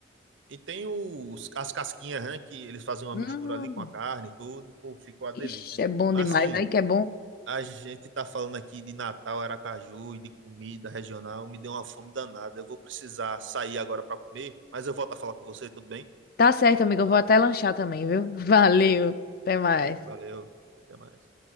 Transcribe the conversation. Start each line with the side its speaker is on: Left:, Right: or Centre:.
Right: E tem os, as casquinhas, né, que eles fazem uma
Left: Hum,
Right: mistura ali com a carne e tudo, pô, fica uma delícia.
Left: ixi, é bom
Right: Mas
Left: demais.
Right: assim,
Left: Aí que é bom.
Right: a gente tá falando aqui de Natal, Aracaju e de comida regional, me deu uma fome danada. Eu vou precisar sair agora para comer, mas eu volto a falar com você, tudo bem?
Left: Tá certo, amiga. Eu vou até lanchar também, viu? <laughs> Valeu. Até mais.
Right: Valeu, até mais.